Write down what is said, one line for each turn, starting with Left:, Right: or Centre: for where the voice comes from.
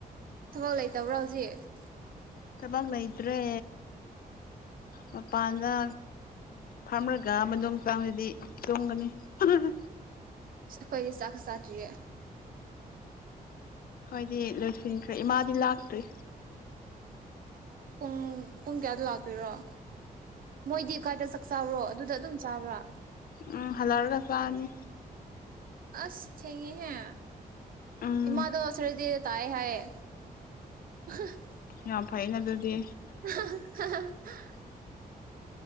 Right: ꯊꯕꯛ ꯂꯩꯇꯕ꯭ꯔꯣ ꯍꯧꯖꯤꯛ
Left: ꯊꯕꯛ ꯂꯩꯇ꯭ꯔꯦ ꯃꯄꯥꯟꯗ ꯐꯝꯔꯒ ꯃꯅꯨꯡ ꯆꯡꯂꯗꯤ ꯇꯨꯝꯒꯅꯤ <unintelligible>
Right: ꯑꯁ ꯑꯩꯈꯣꯏꯗꯤ ꯆꯥꯛꯁꯨ ꯆꯥꯗ꯭ꯔꯤꯌꯦ
Left: ꯈꯣꯏꯗꯤ ꯂꯣꯏꯁꯤꯟꯈ꯭ꯔꯦ ꯏꯃꯥꯗꯤ ꯂꯥꯛꯇ꯭ꯔꯤ
Right: ꯄꯨꯡ ꯄꯨꯡ ꯀꯌꯥꯗ ꯂꯥꯛꯇꯣꯏꯔꯣ ꯃꯣꯏꯗꯤ ꯀꯥꯏꯗ ꯆꯛ ꯆꯥꯕ꯭ꯔꯣ ꯑꯗꯨꯗ ꯑꯗꯨꯝ ꯆꯥꯕ꯭ꯔꯥ
Left: ꯎꯝ ꯍꯜꯂꯛꯔꯒ ꯆꯥꯅꯤ
Right: ꯑꯁ ꯊꯦꯡꯉꯦꯍꯦ
Left: ꯎꯝ
Right: ꯏꯃꯥꯗꯣ ꯁꯔꯗꯦ ꯇꯥꯏ ꯍꯥꯏꯌꯦ <unintelligible>
Left: ꯌꯥꯝ ꯐꯩꯩꯅ ꯗꯨꯗꯤ
Right: <unintelligible>